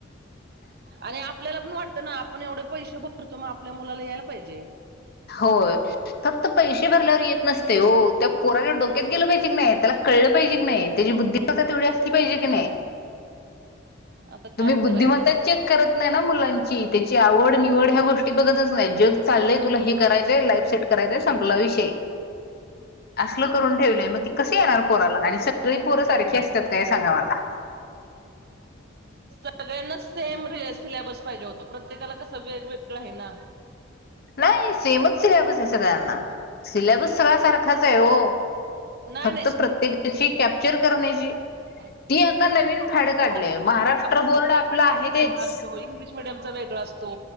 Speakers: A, on the right; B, on the left.
A: आणि आपल्याला पण वाटतं ना आपण एवढं पैसे भरतो मग आपल्या मुलाला यायला पाहिजे
B: होय फक्त. पैसे भरल्यावर येत नसते हो त्या पोराच्या डोक्यात गेलं पाहिजे की, नाही तेला कळलं पाहिजे की नाही तेची बुद्धिमत्ता तेवढी असती. पाहिजे की, नाही
A: आता काय
B: तुम्ही बुद्धिमत्ता
A: करायचं
B: चेक करत नाही ना, मुलांची तेची आवड निवड ह्या गोष्टी बघतच नाही, जग चाललंय तुला हे करायचंय लाईप. सेट करायचं आहे, संपला विषय! असलं करून ठेवलेय, मग ती कशी येणार पोराला? आणि सगळी पोरं सारखी असतात काय? सांगा मला!
A: सगळ्यांना सेम रिले सिलेबस पाहिजे होता. प्रत्येकाला कसं वेगवेगळं आहे ना.
B: नाही, सेमच सिलेबस आहे. सगळ्यांना, सिलेबस सगळा सारखाच आहे. हो!
A: नाही
B: फक्त
A: नाही
B: प्रत्येकाची कॅप्चर करण्याची.
A: <unintelligible>
B: ती आता नवीन फॅड काढले महाराष्ट्र बोर्ड आपलं
A: शा
B: आहे तेच
A: वेग असतो इंग्लिश मिडियम वेगळ असतो,